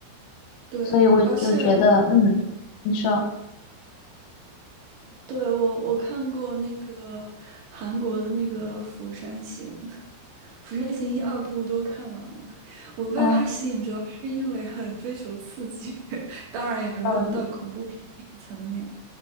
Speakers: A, on the right; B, on the left.
A: 对，
B: 所以我就觉得，
A: 而且
B: 嗯，你说。
A: 对我我看过那个韩国的那个《釜山行》，《釜山行》一二部都看完了。我被它吸引，
B: 嗯。
A: 主要是因为很追求刺激，<laughs> 当然也没有到恐怖片那个层面。
B: 嗯。